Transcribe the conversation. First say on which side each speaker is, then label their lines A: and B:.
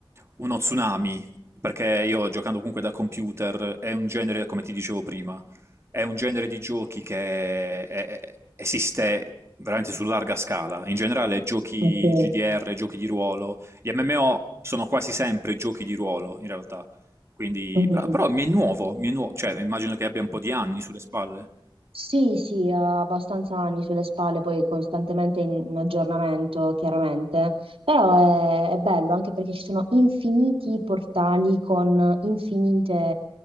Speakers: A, on the right; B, on the right.
A: uno tsunami, perché io giocando comunque da computer è un genere, come ti dicevo prima, è un genere di giochi che è- è- esiste veramente su larga scala, in generale giochi
B: ok.
A: GDR, giochi di ruolo, gli MMO sono quasi sempre giochi di ruolo in realtà. Quindi,
B: Mhm.
A: però, però mi è nuovo, mi è nuovo, cioè immagino che abbia un po' di anni sulle spalle.
B: Sì, sì, ha abbastanza anni sulle spalle, poi costantemente in, in aggiornamento, chiaramente, però è, è bello anche perché ci sono infiniti portali con infinite,